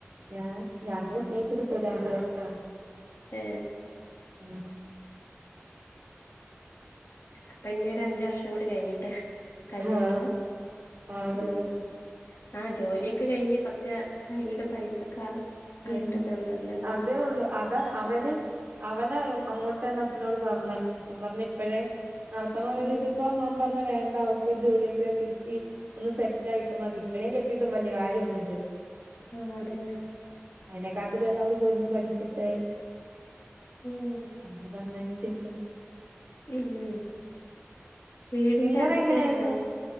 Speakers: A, on the right; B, on the left.
A: ഞാൻ ഞങ്ങള് സ്നേഹിച്ച്‌ കെട്ടിയതാ അഞ്ചു വർഷം
B: ഏ
A: യ
B: അപ്പൊ ഇനി ഒരു അഞ്ച വർഷം കൂടി കഴിഞ്ഞിട്ട് കല്യാണം
A: ആഹ് അതെ
B: ഉം
A: അതെ
B: ആഹ് ജോലിയൊക്കെ കഴിഞ്ഞ് കൊറച്ച കൈയ്യില് പൈസൊക്കെ ആയിട്ടൊക്കെ
A: ഉം
B: നല്ലത്
A: അതേ ഉള്ളു അതാ അവന്
B: ഉം
A: അവന അങ്ങോട്ട്ന്ന് അച്ഛനോട് പറഞ്ഞേ അച്ഛൻ പറഞ്ഞ് ഇപ്പഴേ നടത്തണമോന്ന്
B: ഉം
A: മോതിച്ചപ്പം അവൻ പറഞ്ഞു വേണ്ട ഒരു ജോലിയൊക്കെ കിട്ടി ഒന്ന് സെറ്റ് ആയിട്ടും മതി ഇപ്പഴേകെട്ടിയിട്ട് വല്ല കാര്യം ഒന്നുമിലല്ലോ
B: ആഹ് അതന്നെ
A: അതിനെക്കാട്ടി പോതം അവള് പോയി പഠിക്കട്ടെ
B: ഉം
A: അങ്ങനെ പറഞ്ഞ വച്ചേക്കുന്നു
B: ഉം വീടിന്റെ
A: നിങ്ങടെ
B: അടുത്തായിരുന്നോ
A: എങ്ങനെയായിരുന്നു